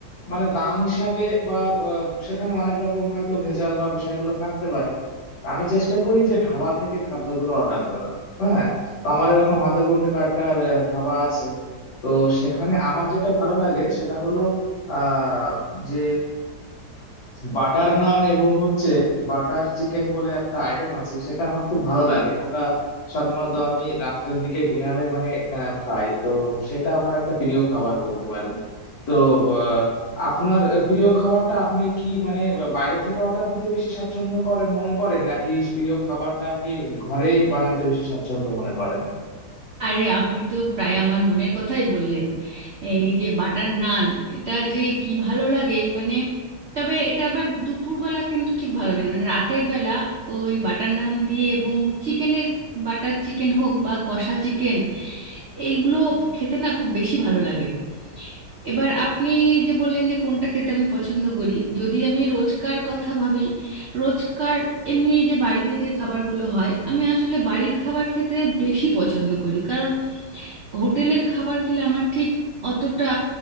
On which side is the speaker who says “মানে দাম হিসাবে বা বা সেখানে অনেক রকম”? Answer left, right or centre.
Left